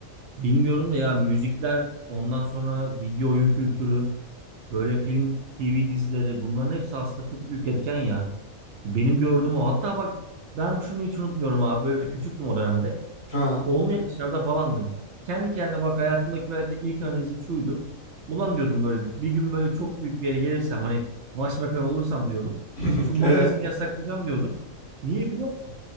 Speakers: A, on the right; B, on the left.
A: bilmiyorum da ya müzikler ondan sonra video oyun kültürü böyle film TV dizileri bunların hepsi aslında çok büyük etken ya. Benim gördüğüm o. Hatta bak ben şunu hiç unutmuyorum abi böyle küçüktüm o dönemde.
B: Ha.
A: Onlu yaşlarda falandım. Kendi kendime bak hayatımdaki belki de ilk analizim şuydu. Ulan diyordum böyle bir gün böyle çok büyük bir yere gelirsem hani başbakan olursam diyordum.
B: <laughs>
A: Şu magazini
B: E.
A: yasaklayacağım diyordum. Niye biliyor musun?